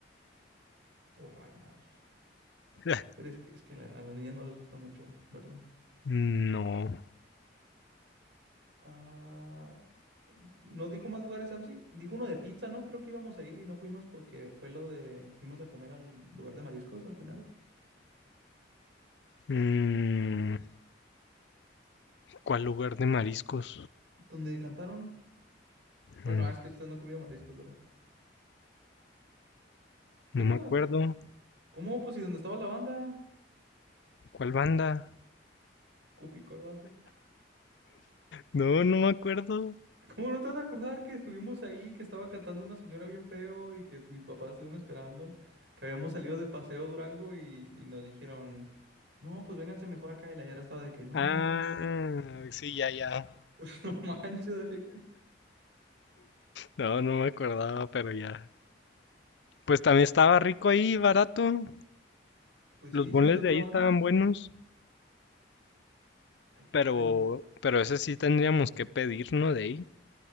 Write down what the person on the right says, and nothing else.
o Ragnar.
Pero es que, es que la- a las niñas no les gusta mucho, ¿verdad?
Ah, no dijo más lugares, Samsi. Dijo uno de pizza, ¿no? Creo que íbamos a ir y no fuimos porque fue lo de... Fuimos a comer al lugar de mariscos al final.
Donde cantaron. Bueno,
ah, es que usted no ha comido mariscos, ¿verdad? ¿Sí
te acuerdas?
¿Cómo? Pues, ¿y dónde estaba la banda?
Uy, ¿cuál banda?
<laughs> ¿Cómo no te vas a acordar que estuvimos ahí, que estaba cantando una señora bien feo y que mis papás estuvieron esperando, que habíamos salido de paseo a Durango y, y nos dijeron, no, pues vénganse mejor acá y la Yara estaba de que, no,
yo no quiero.
<laughs> No manches, Alexis.
Pues
sí,
sí hay otra
banda
también.
Ay,
ay, la-